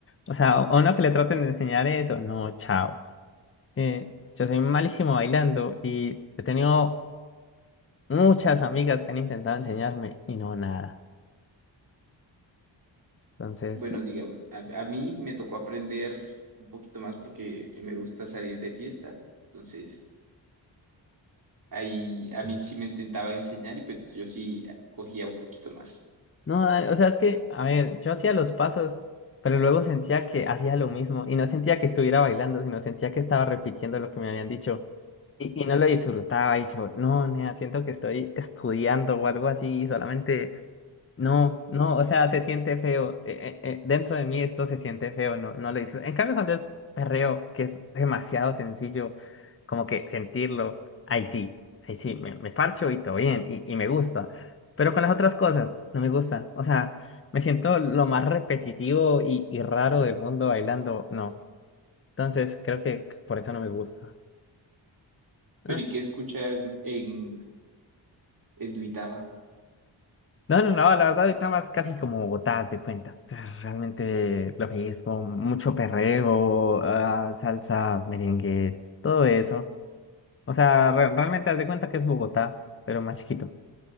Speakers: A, on the left; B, on the right.
A: O sea, o- a uno que le traten de enseñar eso, no, chao. Eh, yo soy malísimo bailando y he tenido muchas amigas que han intentado enseñarme y no nada. Entonces,
B: Bueno, digamos, a, a mí me tocó aprender un poquito más porque me gusta salir de fiesta. Entonces, ahí a mí
A: eh,
B: sí me intentaba enseñar y pues yo sí cogía un poquito más.
A: no, dale, o sea, es que, a ver, yo hacía los pasos, pero luego sentía que hacía lo mismo y no sentía que estuviera bailando, sino sentía que estaba repitiendo lo que me habían dicho y, y no lo disfrutaba y yo, no, nea, siento que estoy estudiando o algo así, solamente No, no, o sea, se siente feo. eh, eh, eh, dentro de mí esto se siente feo, no, no lo disfruto. En cambio, cuando es perreo, que es demasiado sencillo, como que sentirlo, ahí sí, ahí sí, me, me parcho y todo bien, y, y me gusta. Pero con las otras cosas, no me gusta. O sea, me siento lo más repetitivo y, y raro del mundo bailando, no. Entonces, creo que por eso no me gusta.
B: Pero
A: Ah,
B: ¿y qué escuchan en, en Duitama?
A: No, no, no, la verdad ahorita más casi como Bogotá, haz de cuenta. <laughs> Realmente lo mismo, mucho perreo, ah, salsa, merengue, todo eso. O sea, re- realmente haz de cuenta que es Bogotá, pero más chiquito.